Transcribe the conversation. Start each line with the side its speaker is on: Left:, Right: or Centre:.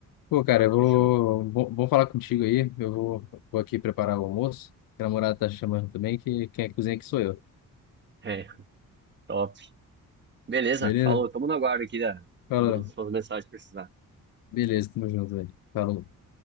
Left: Pô, cara, eu vou.
Right: Fechou.
Left: Bom, bom falar contigo aí. Eu vou, vou aqui preparar o almoço. A namorada tá chamando também, que quem é cozinha aqui sou eu.
Right: É, top. Beleza,
Left: Beleza?
Right: falou. Tamo no aguardo aqui da,
Left: Fala.
Right: das suas mensagens que precisar.
Left: Beleza, tamo junto, velho. Falou.